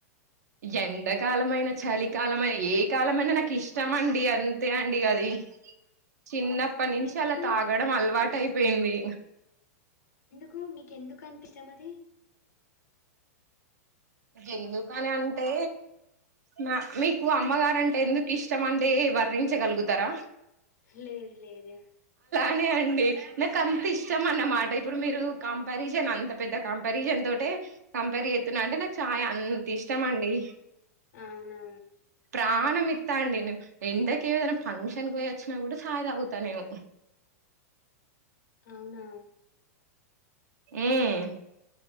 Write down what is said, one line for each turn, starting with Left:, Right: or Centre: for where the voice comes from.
Right: ఎండాకాలమైన చలికాలమైన ఏ కాలమైనా నాకు ఇష్టం అండి అంతే అండి అది చిన్నప్పటి నుంచి
Left: ఎందుకు?
Right: అలా తాగడం అలవాటై పేయింది
Left: కు మీకు ఎందుకు అంత ఇష్టం అది
Right: ఎందుకని అంటే మా మీకు అమ్మగారంటే ఎందుకు ఇష్టం అంటే వర్ణించగలుగుతరా
Left: లేదు లేదు
Right: అండి నాకు అంత ఇష్టం అన్నమాట ఇప్పుడు మీరు కంపారిజన్ అంత పెద్ద కంపారిజన్ తోటే కంపేర్ చేయుతున్నా అంటే నాకు చాయ్ అంత ఇష్టం అండి
Left: అవునా!
Right: ప్రాణం మి త్త అండిను ఎండకి ఏదైనా ఫంక్షన్కి పోయ వచ్చినా కూడా చాయి తాగుతా నేను
Left: అవునా
Right: ఉహ్